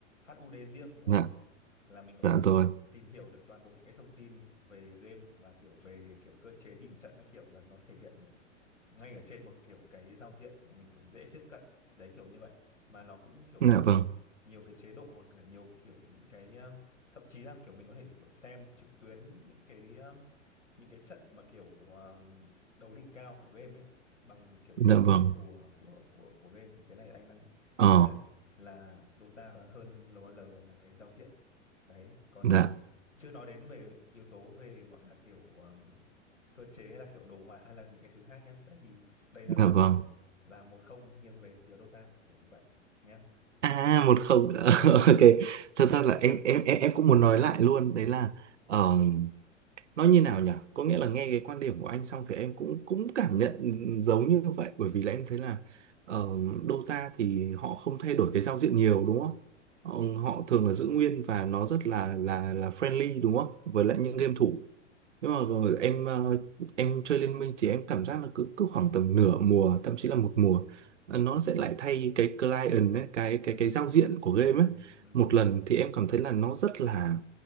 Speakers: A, on the left; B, on the right.
A: HUD riêng đúng
B: dạ
A: không là mình có
B: dạ
A: thể
B: rồi
A: tìm hiểu được toàn bộ những cái thông tin về game và kiểu về kiểu cơ chế tìm trận các kiểu là nó thể hiện được ngay ở trên một kiểu cái giao diện mà mình kiểu dễ tiếp cận đấy kiểu như vậy mà nó cũng kiểu
B: dạ vâng
A: nhiều cái chế độ hoặc là nhiều kiểu những cái ờ, thậm chí là kiểu mình có thể kiểu xem trực tuyến những cái ờ, những cái trận mà kiểu ờ, đấu đỉnh cao của game ấy bằng kiểu cái
B: dạ
A: giao
B: vâng
A: diện của của của của game thì cái này anh đang
B: ờ
A: thấy là là Dota nó hơn LOL là cái giao diện đấy còn
B: dạ
A: chưa nói đến về yếu tố về gọi là kiểu cơ chế hay là kiểu đồ họa hay là những cái thứ khác nhá đấy thì đây là
B: dạ
A: là
B: vâng
A: kiểu là một không nghiêng về phía Dota kiểu như vậy nhá
B: À một không <laughs> ok thật ra là em em em em cũng muốn nói lại luôn đấy là ờ, nó như nào nhỉ có nghĩa là nghe cái quan điểm của anh xong thì em cũng cũng cảm nhận giống như vậy bởi vì là em thấy là ờ, Dota thì họ không thay đổi cái giao diện nhiều đúng không họ, họ thường là giữ nguyên và nó rất là là là friendly đúng không với lại những game thủ nhưng mà
A: ừ
B: rồi em ờ, em chơi Liên Minh thì em cảm giác là cứ cứ khoảng tầm nửa mùa, thậm chí là một mùa
A: ừ
B: ờ, nó sẽ lại thay cái client ấy, cái
A: ừ
B: cái cái
A: ừ
B: giao diện của game
A: ừ
B: ấy.
A: ừ
B: Một lần thì em cảm thấy là nó rất là